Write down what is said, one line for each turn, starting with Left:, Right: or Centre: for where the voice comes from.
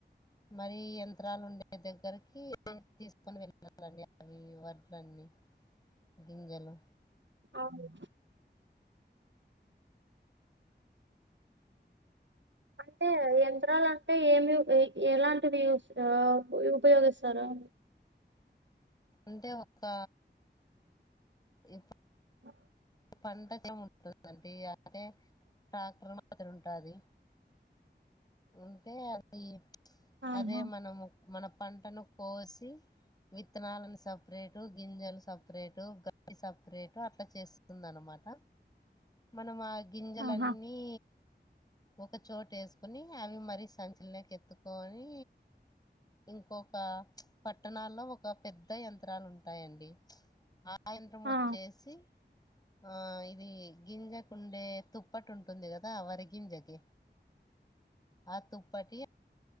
Left: మరి యంత్రాలు ఉండే దగ్గరకి తీసుకొని వెళ్ళలండి అవి వర్డ్లన్నీ గింజలు
Right: అవును అంటే యంత్రాలు అంటే ఏమి ఎలాంటివిూ యూస్ ఉపయోగిస్తారు అ
Left: అంటే ఒక ఇప్
Right: ఆ
Left: పండగల ఉంటుందండి అదే ట్రాక్టర్ మాదిరిఉంటాది అంటే అది
Right: ఆహా
Left: అదే మనము మన పంటను కోసి విత్తనాలను సపరేటు గింజలు సప్ సపరేట్ గ సపరేట్ అట్లా చేస్తుందినమాట మనం అ గింజలన్నీ
Right: ఆహా
Left: ఒక చోటేస్ కుని అవి మరీ సంచలోకేత్తుకొని ఇంకొక పట్టణాల్లో ఒక పెద్ద యంత్రాలు ఉంటాయండి అ అ యంత్రం
Right: ఆ
Left: వచ్చేసి ఆ ఇది గింజకుండే తుప్పటి ఉంటుంది కదా వరి గింజకి ఆతుప్పటి